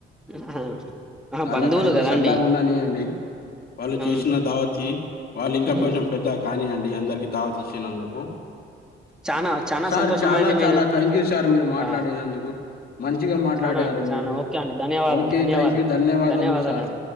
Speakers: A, in the centre; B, on the left.
A: ఆహా ఆహా
B: వాళ్ళ
A: బంధువులు
B: కడుపు
A: కదా
B: సళ్ళగుండనీ
A: అండి
B: అండి వాళ్ళు
A: ఉమ్
B: చేసిన దావత్కి వాళ్ళు ఇంకా
A: ఉమ్
B: కొంచం పెద్దగ కానివ్వండి మా అందరికి ధావత్ ఇచ్చినందుకు
A: చానా చానా
B: సార్
A: సంతోషమండి
B: చాలా చాలా
A: మీరు
B: థ్యాంక్యూ సార్ మీరు మాట్లాడినందుకు
A: ఆ
B: మంచిగా మాట్లాడారు
A: చానా అండి చానా
B: మీరు
A: ఓకే అండి ధన్యవాదాలు
B: ఓకే
A: ధన్యవాదాలు
B: థ్యాంక్యూ ధన్యవాదాలు
A: ధన్యవాదాలండి
B: సార్